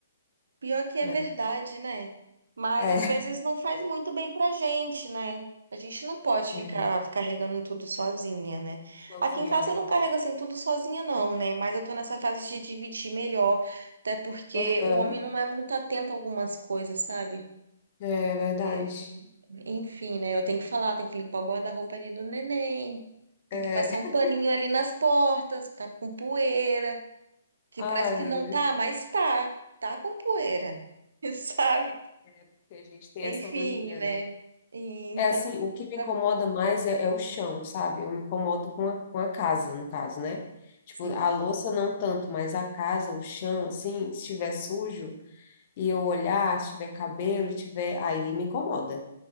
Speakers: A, on the right; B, on the left.
A: Pior que é
B: é,
A: verdade, né? Mas
B: é.
A: às vezes não faz muito bem pra gente, né? A gente não pode ficar
B: é.
A: carregando tudo sozinha, né?
B: Sozinha,
A: Aqui em casa
B: é verdade.
A: eu não carrego assim tudo sozinha, não, né? Mas eu tô nessa fase de dividir melhor, até porque
B: Aham,
A: o homem não é muito atento a algumas coisas, sabe?
B: É verdade.
A: É, enfim, né? Eu tenho que falar, tenho que limpar o guarda-roupa ali do neném, tem
B: É.
A: que passar
B: <laughs>
A: um paninho ali nas portas, que tá com poeira, que
B: Ai,
A: parece que
B: meu
A: não
B: Deus,
A: tá, mas tá, tá com poeira. <laughs> Sabe?
B: é porque a gente tem
A: Enfim,
B: essa mania,
A: né?
B: né?
A: E
B: É
A: Então,
B: assim, o que me
A: tá-
B: incomoda mais é, é o chão, sabe? Eu me incomodo com a, com a casa, no caso, né? Tipo,
A: sim,
B: a louça não tanto, mas a casa, o chão, assim, se estiver sujo e eu olhar, se tiver cabelo, tiver, aí me incomoda.